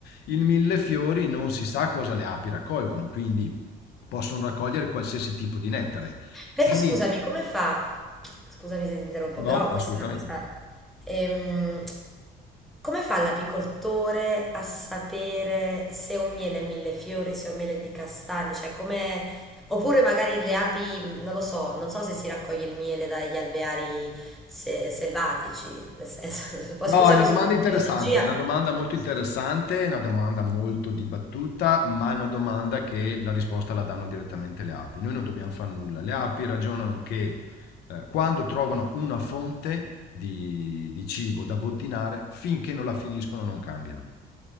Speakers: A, on the left (about 75°); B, in the centre.
A: Il millefiori non si sa cosa le api raccolgono, quindi possono raccogliere qualsiasi tipo di nettare.
B: Però
A: E
B: scusami,
A: lì,
B: come fa? Scusami se ti interrompo,
A: no,
B: però questa
A: assolutamente.
B: è una cosa. ehm, come fa l'apicoltore a sapere se un miele è millefiori, se è un miele è di castagne? Cioè, come. Oppure magari le api, mh, non lo so, non so se si raccoglie il miele dagli alveari se- selvatici. nel senso- <laughs> poi
A: No,
B: scusami
A: è una domanda
B: sulla terminologia.
A: interessante, è una domanda molto interessante, è una domanda molto dibattuta, ma è una domanda che la risposta la danno direttamente le api. Noi non dobbiamo fare nulla. Le api ragionano che eh, quando trovano una fonte di, di cibo da bottinare, finché non la finiscono non cambiano.